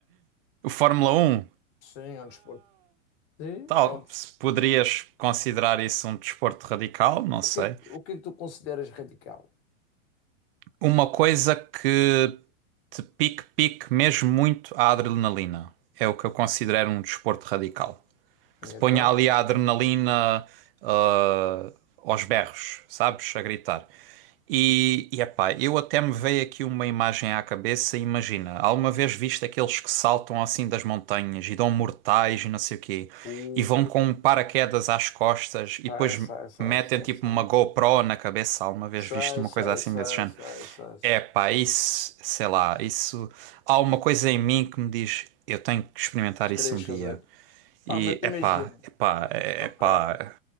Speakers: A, on the right (about 45°); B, on the left (about 55°).
A: O Fórmula Um
B: Sim, é um desporto. Sim,
A: tal,
B: é um, des-
A: se poderias considerar isso um desporto radical, não sei.
B: o que, é que- o que é que tu consideras radical?
A: Uma coisa que te pique, pique mesmo muito a adrenalina. É o que eu considero um desporto radical. que
B: Então,
A: te ponha ali a adrenalina ah, aos berros, sabes? A gritar. E, e epá, eu até me veio aqui uma imagem à cabeça. Imagina, alguma vez viste aqueles que saltam assim das montanhas e dão mortais e não sei o quê,
B: o,
A: e vão com um paraquedas às costas
B: sai
A: e depois
B: sai sai
A: metem
B: sai
A: tipo
B: sai
A: uma GoPro na cabeça. Alguma vez
B: Sei,
A: viste uma
B: sei,
A: coisa assim
B: sei,
A: desse género?
B: sei, sei, sei.
A: Epá, isso, sei lá, isso. Há uma coisa em mim que me diz: eu tenho que experimentar
B: Mas querias
A: isso um
B: fazer.
A: dia.
B: Pá,
A: E
B: mas imagina,
A: epá, epá, é-
B: ok.
A: epá.